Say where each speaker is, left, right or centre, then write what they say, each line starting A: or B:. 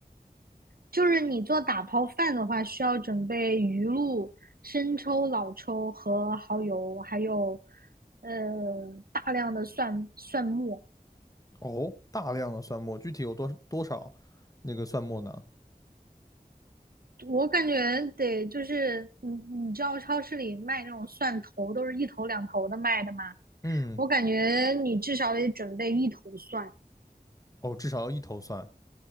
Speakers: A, on the right (about 75°); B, on the left (about 25°).
A: 就是你做打抛饭的话，需要准备鱼露、生抽、老抽和蚝油，还有呃大量的蒜蒜末。
B: 哦，大量的蒜末，具体有多多少那个蒜末呢？
A: 我感觉得就是你你知道超市里卖那种蒜头都是一头两头的卖的吗？
B: 嗯，
A: 我感觉你至少得准备一头蒜。
B: 哦，至少要一头蒜。